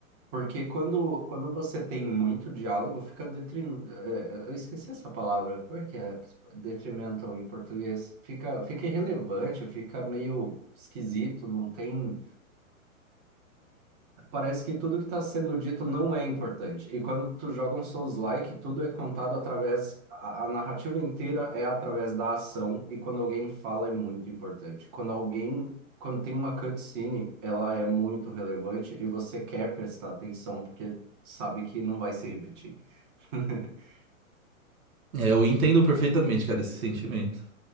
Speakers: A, on the right; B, on the right.
A: Porque quando, quando você tem muito diálogo, fica detrim... eh, eh, Eu esqueci essa palavra. Como é que é? Detrimental em português. Fica, fica irrelevante, fica meio esquisito, não tem. Parece que tudo que está sendo dito não é importante. E quando tu joga um Souls-like, tudo é contado através. A, a narrativa inteira é através da ação, e quando alguém fala é muito importante. Quando alguém. Quando tem uma cutscene, ela é muito relevante e você quer prestar atenção, porque sabe que não vai se repetir. <laughs>
B: É, eu entendo perfeitamente, cara, esse sentimento.